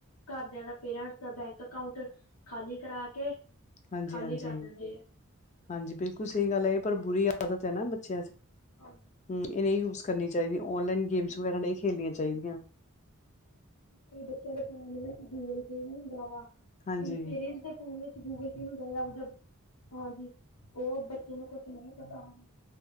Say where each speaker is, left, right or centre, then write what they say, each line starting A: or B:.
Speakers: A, on the left (about 80°); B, on the left (about 35°).
A: ਘਰਦਿਆਂ ਦਾ ਪੇਰੈਂਟਸ ਦਾ ਬੈਂਕ ਅਕਾਊਂਟ ਖਾਲੀ ਕਰਾ ਕੇ
B: ਹਾਂਜੀ,
A: ਖਾਲੀ
B: ਹਾਂਜੀ,
A: ਕਰ ਦਿੰਦੇ ਆ
B: ਹਾਂਜੀ ਬਿਲਕੁਲ ਸਹੀ ਗੱਲ ਹੈ। ਇਹ ਪਰ ਬੁਰੀ ਆਦਤ ਹੈ ਨਾ ਬੱਚਿਆਂ ਚ
A: ਹਾਂ।
B: ਹਂ, ਇਹ ਨਈਂ ਯੂਜ ਕਰਨੀ ਚਾਹੀਦੀ, ਆਨਲਾਈਨ
A: ਕਈ
B: ਗੇਮਸ
A: ਬੱਚਿਆਂ
B: ਵਗੈਰਾ ਨਈਂ
A: ਨੂੰ
B: ਖੇਲਣੀਆਂ ਚਾਹੀਦੀਆਂ।
A: ਹਾਂਜੀ, ਕਈ ਬੱਚਿਆਂ ਦੇ ਫੋਨ ਵਿੱਚ ਗੂਗਲ ਪੇ ਵੀ ਹੁੰਦਾ ਵਾ,
B: ਹਾਂਜੀ
A: ਕਈ ਪੇਰੈਂਟਸ ਦੇ ਫੋਨ ਵਿੱਚ ਗੂਗਲ ਪੇ ਹੁੰਦਾ ਵਾ ਮਤਲਬ, ਹਾਂਜੀ, ਉਹ ਬੱਚੇ ਨੂੰ ਕੁਛ ਨਹੀਂ ਪਤਾ ਹੁਣ